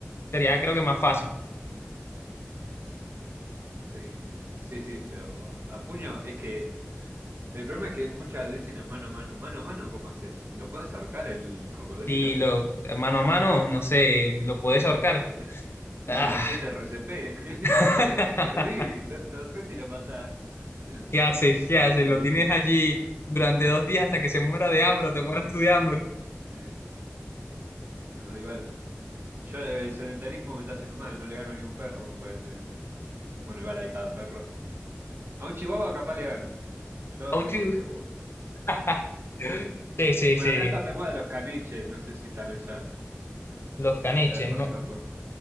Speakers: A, on the left; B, on the right.
A: Sería, creo que más fácil.
B: Sí, sí, sí, pero a puño es que el problema es que muchas dicen a mano a mano. Mano a mano, ¿cómo haces? ¿Lo puedes ahorcar el cocodrilo?
A: Si lo mano a mano, no sé, lo puedes ahorcar.
B: <laughs>
A: Ah.
B: Las SRCP. <laughs>
A: <laughs>
B: Lo reviví. No, no sé si lo matás. <laughs>
A: ¿Qué haces? ¿Qué haces?
B: Ahí
A: Lo tienes
B: sí.
A: allí durante dos días hasta que se muera de hambre o te mueras tú de hambre.
B: Eh, no, igual. Yo el sedentarismo me está haciendo mal. No le gano ni a un perro, me parece. Bueno, igual hay cada perro. A un chihuahua capaz le gano. Yo
A: Aunchu.
B: esto estoy seguro.
A: <laughs> Sí, sí,
B: Bueno,
A: sí.
B: acá están de moda los caniches, no sé si están allá.
A: Los caniches,
B: Perros,
A: no,
B: locos.